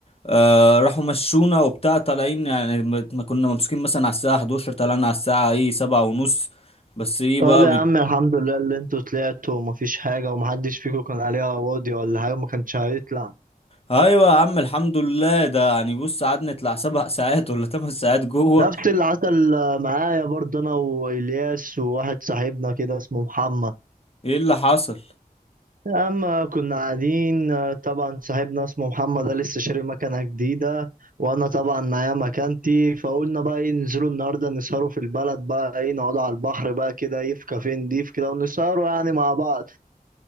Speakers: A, on the left; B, on the right.
A: آه راحوا مشونا وبتاع طالعين يعني ما ما كنا ممسوكين مثلا على الساعة 11 طلعنا على الساعة ايه سبعة ونص بس ايه
B: طب
A: بقى
B: يا
A: بت...
B: عم الحمد لله اللي انتوا طلعتوا ومفيش حاجة ومحدش فيكم كان عليها واضي ولا حاجة ما كانش هيطلع
A: ايوه يا عم الحمد لله ده يعني بص قعدنا نطلع سبع <laughs> ساعات ولا تمن ساعات جوه
B: نفس اللي حصل معايا برضه انا والياس وواحد صاحبنا كده اسمه محمد
A: ايه اللي حصل
B: يا عم كنا قاعدين طبعا صاحبنا اسمه محمد ده لسه شاري مكنة جديدة وانا طبعا معايا مكانتي فقلنا بقى ايه ننزلوا النهارده نسهروا في البلد بقى ايه نقعدوا على البحر بقى كده ايه في كافيه نضيف كده ونسهروا يعني مع بعض